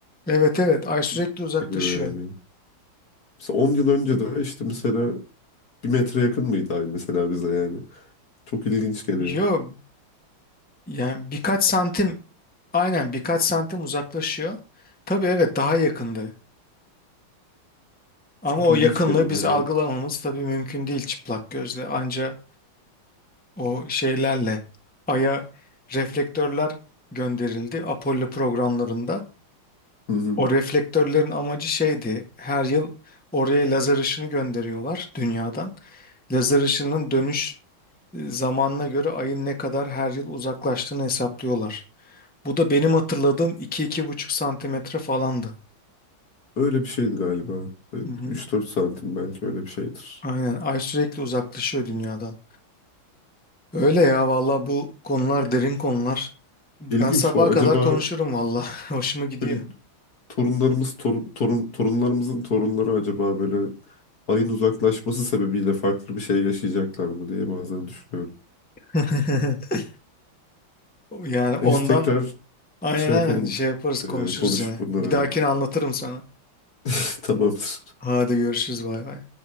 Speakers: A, in the centre; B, on the left.
A: Evet
B: Çok
A: evet ay sürekli uzaklaşıyor.
B: geliyor yani. Mesela 10 yıl önce de işte mesela bir metre yakın mıydı ay mesela bize yani. Çok ilginç geliyor.
A: Yo yani birkaç santim aynen birkaç santim uzaklaşıyor. Tabii evet daha yakındı. Ama
B: Çok
A: o
B: ilginç
A: yakınlığı
B: geliyor
A: biz
B: hani.
A: algılamamız tabii mümkün değil çıplak gözle. Anca o şeylerle Ay'a reflektörler gönderildi Apollo programlarında.
B: Hı hı.
A: O reflektörlerin amacı şeydi. Her yıl oraya lazer ışını gönderiyorlar dünyadan. Lazer ışının dönüş e, zamanına göre Ay'ın ne kadar her yıl uzaklaştığını hesaplıyorlar. Bu da benim hatırladığım iki iki buçuk santimetre falandı.
B: Öyle bir şeydi galiba. Böyle
A: Hı hı.
B: 3-4 santim belki öyle bir şeydir.
A: Aynen Ay sürekli uzaklaşıyor dünyadan. Öyle ya valla bu konular derin konular. Ben
B: İlginç
A: sabaha
B: o
A: kadar
B: acaba
A: konuşurum valla. <laughs> Hoşuma gidiyor.
B: böyle torunlarımız torun, torun torunlarımızın torunları acaba böyle ayın uzaklaşması sebebiyle farklı bir şey yaşayacaklar mı diye bazen düşünüyorum.
A: <laughs> Yani ondan
B: Neyse tekrar
A: aynen
B: şey
A: aynen
B: yapalım
A: şey yaparız konuşuruz
B: e, konuşup
A: yine.
B: bunları
A: Bir
B: abi.
A: dahakine anlatırım sana.
B: <laughs> Tamamdır.
A: Hadi görüşürüz bay bay.